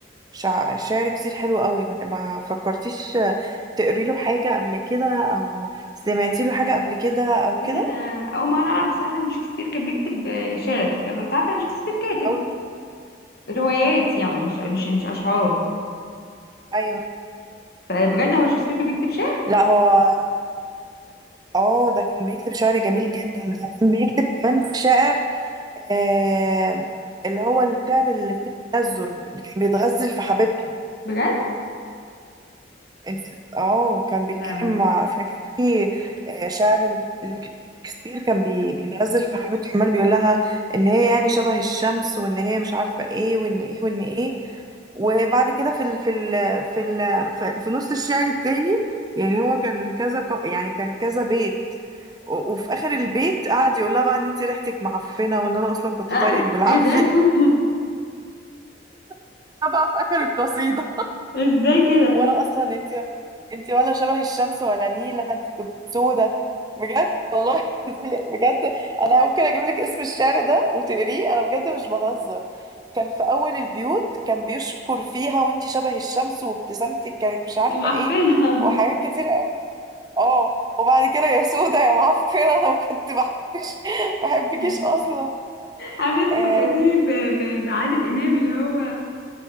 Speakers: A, on the right; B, on the left.
A: شع... شعر كتير حلو قوي ما ما فكرتيش تقري له حاجة قبل كده أو سمعتي له حاجة قبل كده أو
B: بس
A: كده
B: انا اول مره اعرف بصراحه ان شكسبير كان بيكتب آه، شعر أنا كنت عارفه ان شكسبير كاتب
A: أو
B: روايات يعني مش مش مش اشعار
A: أيوة
B: فبجد هو شكسبير كان بيكتب شعر
A: لا هو اه ده كان بيكتب شعر جميل جدا ده كان بيكتب كمان شعر آه اللي هو الشعر اللي فيه التنزل كان بيتغزل في حبيبته
B: بجد
A: انت اه كان بيتكلم
B: لا
A: مع فكان فيه آه، شعر شكسبير كان بي- بيتغزل في حبيبته عمال بيقول لها ان هي يعني شبه الشمس وان هي مش عارفة ايه وان ايه وان ايه وبعد كده في ال في ال في ال في, في نص الشعر التاني يعني هو كان كذا ق- يعني كان كذا بيت و- وفي اخر البيت قعد يقول لها بقى ان انت ريحتك معفنه وان انا اصلا كنت
B: اه
A: طايقك بالعافيه
B: ايه ده <laughs>
A: <laughs> أنا بقى في اخر القصيده
B: ازاي كده
A: وانا اصلا انت انت ولا شبه الشمس ولا نيله انت كنت سودة بجد والله <laughs> بجد انا ممكن اجيب لك اسم الشعر ده وتقريه انا بجد مش بهزر كان في اول البيوت كان بيشكر فيها وانت شبه الشمس وابتسامتك كانت مش عارفه
B: دي معفنه
A: ايه وحاجات كتير قوي اه وبعد كده يا سودة يا معفنه <laughs> انا ما كنت بحبش <laughs> ما بحبكيش
B: <laughs>
A: اصلا
B: عارفه انت
A: آه.
B: فكرتيني ب... ب... بعادل امام اللي هو